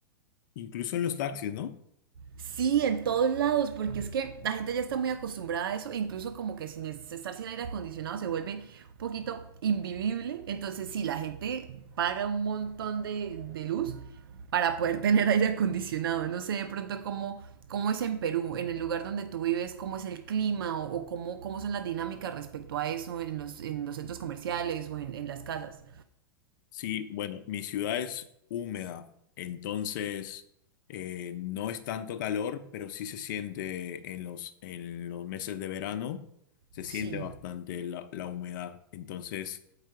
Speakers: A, on the left; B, on the right.
A: Incluso en los taxis, ¿no?
B: Sí, en todos lados, porque es que la gente ya está muy acostumbrada a eso, e incluso como que sin es- estar sin aire acondicionado se vuelve un poquito invivible. Entonces, sí, la gente paga un montón de, de luz para poder tener aire acondicionado. No sé de pronto cómo, cómo es en Perú, en el lugar donde tú vives, cómo es el clima o, o cómo, cómo son las dinámicas respecto a eso en los, en los centros comerciales o en, en las casas.
A: Sí, bueno, mi ciudad es húmeda, entonces eh, no es tanto calor, pero sí se siente en los, en los meses de verano, se
B: Sí,
A: siente bastante la, la humedad. Entonces,